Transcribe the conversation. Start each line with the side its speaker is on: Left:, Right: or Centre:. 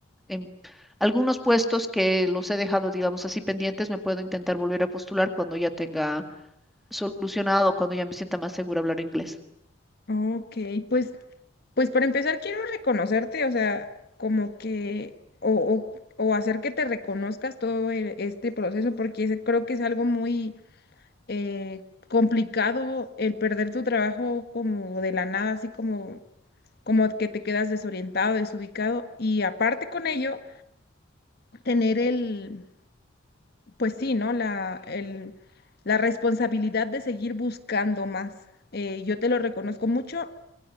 Centre: em- algunos puestos que los he dejado, digamos así, pendientes, me puedo intentar volver a postular cuando ya tenga solucionado, cuando ya me sienta más segura hablar inglés.
Left: Ok, pues, pues para empezar quiero reconocerte, o sea, como que, o, o, o hacer que te reconozcas todo e- este proceso, porque ese creo que es algo muy eh, complicado el perder tu trabajo como de la nada, así como, como que te quedas desorientado, desubicado, y aparte con ello, tener el, pues sí, ¿no? La, el, la responsabilidad de seguir buscando más. Eh, yo te lo reconozco mucho